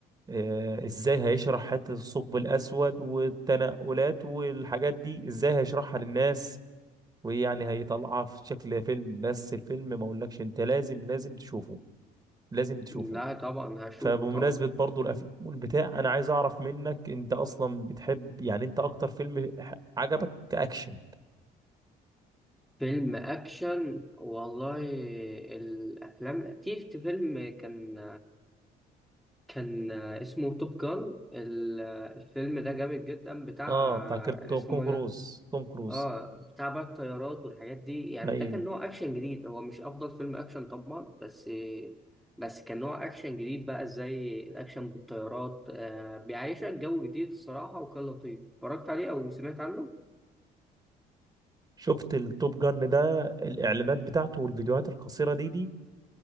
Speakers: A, on the right (about 25°); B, in the centre.
A: آه ازاي هيشرح حتة الثقب الاسود والتنقلات والحاجات دي ازاي هيشرحها للناس ويعني هيطلعها في شكل فيلم بس الفيلم ما اقولكش انت لازم لازم تشوفه لازم تشوفه
B: لا طبعا هشوفه
A: فبمناسبة
B: طبعا
A: برضو الأفلام والبتاع أنا عايز أعرف منك أنت أصلا بتحب يعني أنت أكتر فيلم ح- عجبك كأكشن
B: فيلم اكشن والله الافلام في في فيلم كان كان اسمه توب جان الفيلم ده جامد جدا بتاع
A: آه بتاع كرت- توم
B: اسمه
A: كروز
B: ده
A: توم كروز
B: اه بتاع بقى الطيارات والحاجات دي يعني
A: أيوه
B: ده كان نوع اكشن جديد هو مش افضل فيلم اكشن طبعا بس بس كان نوع اكشن جديد بقى زي الاكشن بالطيارات آه بيعيشك جو جديد الصراحة وكان لطيف اتفرجت عليه او سمعت عنه
A: شفت التوب جن ده الإعلانات بتاعته والفيديوهات القصيرة دي دي